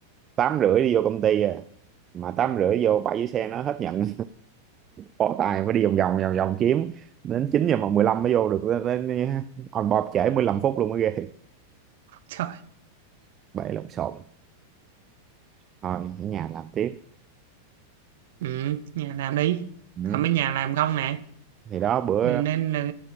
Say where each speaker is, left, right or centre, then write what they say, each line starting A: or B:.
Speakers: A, on the right; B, on the right.
A: tám rưỡi đi vô công ty à mà tám rưỡi vô bãi dưới xe nó hết nhận bỏ tài phải đi vòng vòng vòng vòng kiếm đến 9 giờ mà 15 mới vô được đến, đến, on board trễ 15 phút luôn mới ghê
B: trời
A: <laughs> bể lộn xộn thôi ở nhà làm tiếp
B: ừ nhà làm đi
A: ừ.
B: không mấy nhà làm không nè
A: thì đó bữa
B: Ừ, nên là